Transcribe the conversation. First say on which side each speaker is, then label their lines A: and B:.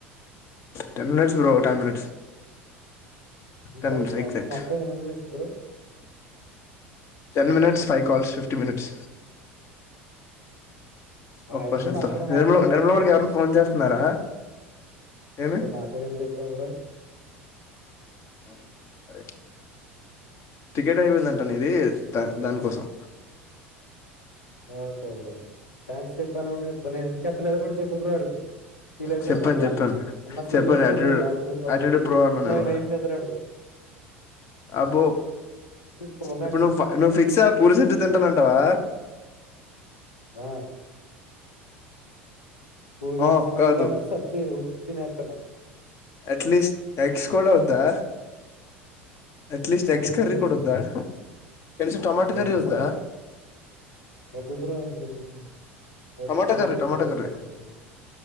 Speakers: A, on the left; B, on the left.
A: ten minutes bro ten minutes
B: ఇంకో
A: ట ఎజెక్ట్
B: ఎంత మొత్తం ఎన్ని minutes bro
A: ten minutes five calls fifty minutes
B: ఆ
A: ఒక క్వశ్చన్
B: ఐదు నాతోనే
A: త
B: మాట్లాడాలా
A: నిర్మ నిర్మల ఓడికి ఎవరైన ఫోన్ చేస్తున్నారా ఏమి
B: ఇప్పుడు నా పేరు ఎందుకు ఎత్తావ్ బ్రో
A: కానీ అరే టికెట్ అయిపోయిందంట నీది ద దానికోసం
B: ఓకే బ్రో థ్యాంక్స్ చెప్పాను నేను ఎందుకెత్తలేదు కూడా చెప్పు బ్రో అడికి ఫీల్ అవుతాడు
A: చెప్పాను
B: మళ్ళీ
A: చెప్పాను
B: అన్న అన్న ఫీల్
A: చెప్పాను
B: అయితే
A: యాటిట్యూడ్
B: నేను బాధపడిపోల
A: యాటిట్యూడ్
B: మళ్ళీ
A: ప్రో అన్నా
B: నాకు
A: నేను
B: నైట్ నిద్ర ఎదరాదు
A: అబ్బో
B: ఇప్పుడు ప్రోమాక్స్
A: ఇప్పుడు నువ్వు నువ్వు ఫిక్స్ పూరి షద్ధి తింటానంటావా
B: ఆ పూరి
A: ఆ
B: పూరిలపోతే
A: కాదు
B: సచ్చి ఉత్తిది తినేతన
A: అట్లీస్ట్ ఎగ్స్ కూడా వద్దా అట్లీస్ట్ ఎగ్స్
B: ఎందుకు
A: కర్రీ
B: బ్రో
A: కూడొద్ద కనీసం టొమాట కర్రీ
B: ఎగ్స్
A: వద్ద
B: వద్దు బ్రో ఎందుకు ఊరిక <unintelligible>
A: టమాటా కర్రీ టమాటా కర్రీ